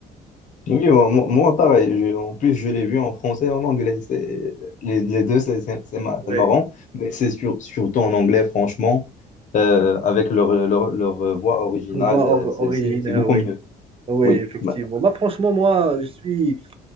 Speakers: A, on the left; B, on the right.
A: Oui, moi, moi- moi, pareil. Je- en plus, je l'ai vu en français et en anglais. C'est, les, les deux, c'est c'est- c'est mar-
B: Oui,
A: c'est marrant. Mais c'est sur- surtout en anglais, franchement, euh, avec leur, leur, leur voix originale,
B: on voit
A: euh,
B: or-
A: c'est
B: originaire,
A: c'est- c'est beaucoup
B: oui.
A: mieux.
B: Oui,
A: Oui,
B: effectivement.
A: Ma-
B: Bah, franchement, moi, je suis,